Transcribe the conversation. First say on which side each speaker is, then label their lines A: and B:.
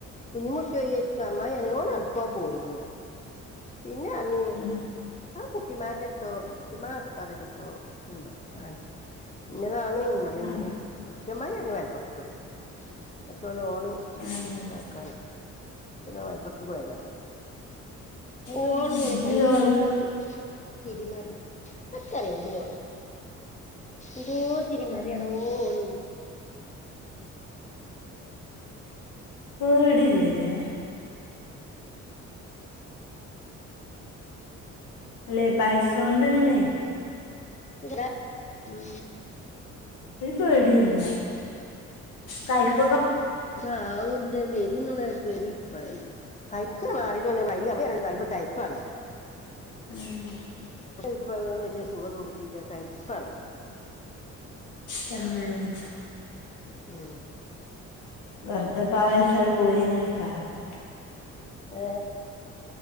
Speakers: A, on the left (about 25°); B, on the left (about 80°).
A: കുഞ്ഞിമുറക്ക പോച്ച അമ്മ ന ഓ എടുക്ക പോയിന്ന പിന്നെ അ നീ
B: ഉം
A: ആ കുട്ടിമാന്റെ എത്തോ പറഞ്ഞട്ടത്തോ ആ ഇന്നതാണ് പറ
B: ഉം
A: ചമായി ഇങ്ങ മലപ്പുറത്ത് പോയത് എത്രലും ഓണ്
B: ആഹ്
A: ഉണ്ടാക്കാന പിനെ വലപ്പുറത്തു പോയതാണ് മോള
B: ഇന്ന്
A: ഇങ്ങനെ പൈസര
B: ലോണ്
A: കൊണ്ട് തിരിമാറി അത്രറ ഇതി എന്തോ ചിരിമാരി
B: ഉം
A: ആാണ് ഓല്
B: പേടില്ലല്ലേ അല്ലെ പൈസോണ്ട് ഇങ്ങനെ
A: ഉം
B: ഒരു പേടല്ല കൈക്ക
A: ആ ഉണ്ട് മ ഇന്നയക്ക് മാറിട്ടന്ന വയ്യ തയപ്പാണ്
B: ഉം
A: ണ്ട് വലിയ സുഖമൊന്നും കിട്ടിയില്ലാത്ത അരിപ്പണ വണിപ്പ
B: തന്നെ
A: ഉഹ
B: വർധപ്പാവയസട് പോയന്നയിക്കാരക്ക
A: ഓ